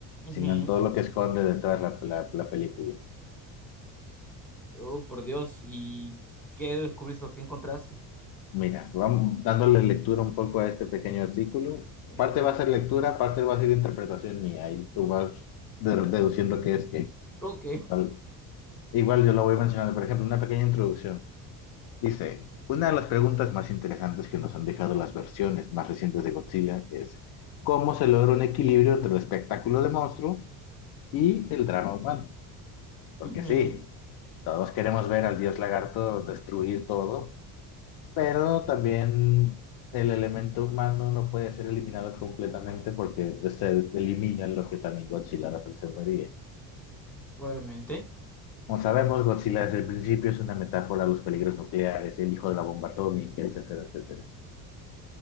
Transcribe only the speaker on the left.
sino
en todo lo que esconde detrás la, la, la película.
Mira, vamos dándole lectura un poco a este pequeño artículo.
Parte
va a ser lectura, parte va a ser interpretación mía, y tú vas de- deduciendo qué es qué.
¿vale? Igual yo lo voy mencionando, por ejemplo, una pequeña introducción. Dice, una de las preguntas más interesantes que nos han dejado las versiones más recientes de Godzilla es, ¿cómo se logra un equilibrio entre el espectáculo de monstruo y el drama humano? Porque
sí, todos queremos ver al dios lagarto destruir todo, pero también el elemento humano no puede ser eliminado completamente porque se elimina lo que también Godzilla representaría.
Como sabemos, Godzilla desde el principio es una metáfora a los peligros nucleares, el hijo de la bomba atómica, etcétera, etcétera.